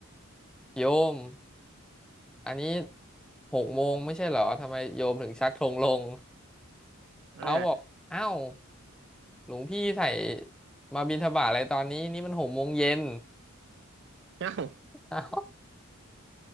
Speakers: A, in the centre; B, on the right.
A: โยมอันนี้หกโมงไม่ใช่เหรอทำไมโยมถึงชักธงลงเขาบอกเอ้าว
B: าอ่า
A: หลวงพี่ใส่มาบิณฑบาตอะไรตอนนี้นี่มันหกโมงเย็น
B: เอ้า <laughs>
A: เอ้า